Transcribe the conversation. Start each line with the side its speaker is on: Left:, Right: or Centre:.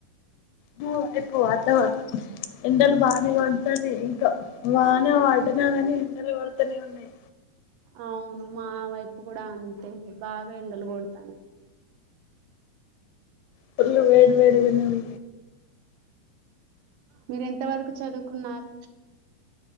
Left: మా వైపు వాతావరణం ఎండలు బాగానే కొడతన్నయి ఇంకా వాన పడ్డలా గానీ ఎండలు కొడుతునే ఉన్నాయి
Right: అవును మా వైపు కూడా అంతే బాగా ఎండలు కొడుతున్నాయి
Left: ఫుల్లు వేడి వేడి గా ఉన్నది
Right: మీరెంత వరకు చదువుకున్నారు